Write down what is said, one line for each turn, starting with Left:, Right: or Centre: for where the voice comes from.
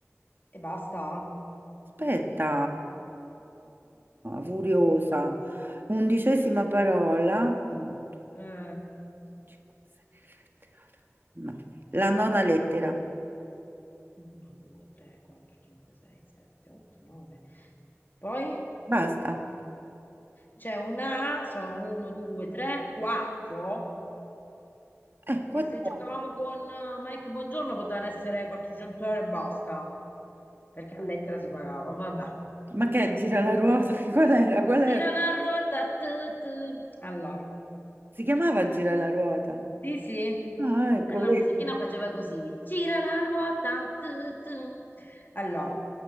Left: E basta.
Right: Aspetta, furiosa. Undicesima parola. Uno, due,
Left: Eh,
Right: cinque, sei, sette, otto, nove. La nona lettera.
Left: 1, 2, 3, 4, 5, 6, 7, 8, 9. Poi
Right: Basta.
Left: c'è una A, sono 1, 2, 3, 4,
Right: Eh, quattro.
Left: che se giocavamo con eh, Mike Buongiorno potevano essere 400 euro e basta, perché a lettera si pagava, vabbè.
Right: Ma che è gira la ruota? <laughs> Qual era? Qual era?
Left: Tira la ruota, tu, tu. Allora.
Right: Si chiamava gira la ruota.
Left: Sì, sì,
Right: Ah, ecco,
Left: e la
Right: vedi.
Left: musichina faceva così, gira la ruota, tu, tu. Allora,